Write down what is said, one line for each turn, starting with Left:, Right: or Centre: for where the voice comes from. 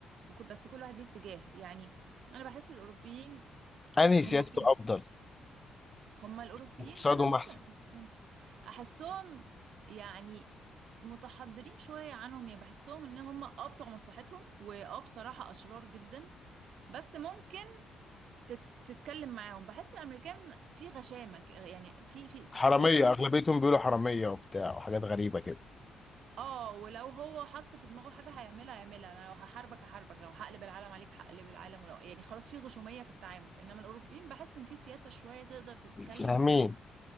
Right: وكل... بس كل واحد ليه اتجاه يعني انا بحس الاوروبيين
Left: أنهي
Right: هما
Left: سياسته
Right: بتوع
Left: أفضل؟
Right: هما الاوروبيين
Left: واقتصادهم
Right: انا ممكن
Left: أحسن؟
Right: احسهم احسهم يعني متحضرين شويه عنهم يعني بحسهم ان هما اه بتوع مصلحتهم واه بصراحه اشرار جدا بس ممكن تت... تتكلم معاهم بحس الامريكان في غشامه ك- يعني في في تحس
Left: حرامية
Right: انت ممكن
Left: أغلبيتهم بيقولوا حرامية وبتاع وحاجات غريبة كده
Right: اه ولو هو حط في دماغه حاجة هيعملها هيعملها انا لو هحاربك هحاربك لو هقلب العالم عليك هقلب العالم ولو يعني خلاص في غشومية في التعامل انما الاوروبيين بحس ان في سياسة شوية تقدر تتكلم
Left: فاهمين
Right: معاهم